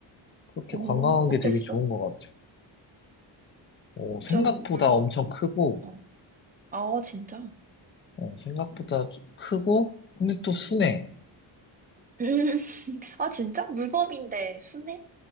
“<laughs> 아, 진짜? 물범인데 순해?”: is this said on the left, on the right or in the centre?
Right